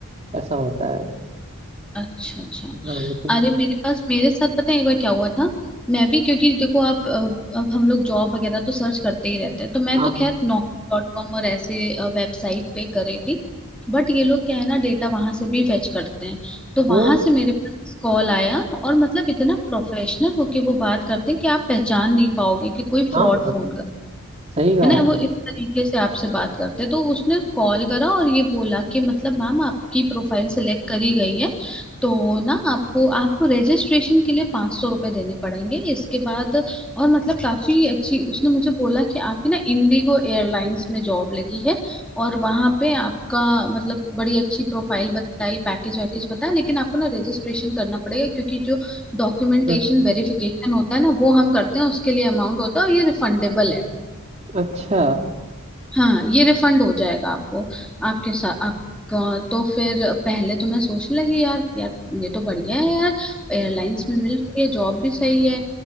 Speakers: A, on the right (about 30°); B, in the centre.
A: ऐसा होता है
B: अच्छा अच्छा
A: हाँ लेकिन
B: अरे मेरे पास मेरे साथ पता है एक बार क्या हुआ था मैं भी क्योंकि देखो आप अब अब हम लोग जॉब वगैरह तो सर्च करते ही रहते हैं तो मैं
A: हाँ
B: तो खैर नौकरी डॉट कॉम और ऐसे वेबसाइट पे कर रही थी बट ये लोग क्या है ना डेटा वहां से भी फेच करते हैं तो
A: वो
B: वहां से मेरे पास कॉल आया और मतलब इतना प्रोफेशनल होके वो बात करते हैं कि आप पहचान नहीं पाओगे कि कोई
A: हाँ
B: फ्रॉड फोन
A: सही कहा
B: है ना
A: आपने
B: वो इस तरीके से आपसे बात करते हैं तो उसने कॉल करा और ये बोला कि मतलब मैम आपकी प्रोफाइल सिलेक्ट करी गई है तो ना आपको आपको रजिस्ट्रेशन के लिए पाँच सौ रुपये देने पड़ेंगे इसके बाद और मतलब काफी अच्छी उसने मुझे बोला कि आपकी ना इंडिगो एयरलाइंस में जॉब लगी है और वहां पे आपका मतलब बड़ी अच्छी प्रोफाइल बताई पैकेज वैकेज बताया लेकिन आपको ना रजिस्ट्रेशन करना पड़ेगा क्योंकि जो डॉक्यूमेंटेशन
A: हाँ,
B: वेरिफिकेशन होता है ना वो हम करते हैं उसके लिए अमाउंट होता है और ये रिफंडेबल है
A: अच्छा
B: हाँ ये रिफंड हो जाएगा आपको आपके साथ आपका तो फिर पहले तो मैं सोचने लगी यार यार ये तो बढ़िया है यार एयरलाइंस में मिल रही है जॉब भी सही है